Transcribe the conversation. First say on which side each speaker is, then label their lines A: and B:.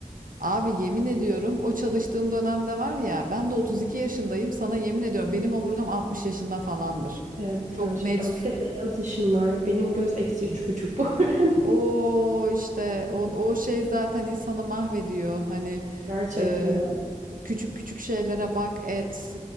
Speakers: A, on the right (about 80°); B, on the right (about 60°).
A: Abi yemin ediyorum o çalıştığım dönemde var ya ben de 32 yaşındayım sana yemin ediyorum benim omurgam 60 yaşında falandır.
B: Evet
A: Çok
B: gerçekten.
A: net.
B: Bir de beyaz ışınlar. Benim göz eksi üç
A: Evet.
B: buçuk bu arada.
A: O işte o,
B: <laughs>
A: o şey zaten insanı mahvediyor. Hani
B: Gerçekten
A: e,
B: öyle.
A: küçük küçük şeylere bak et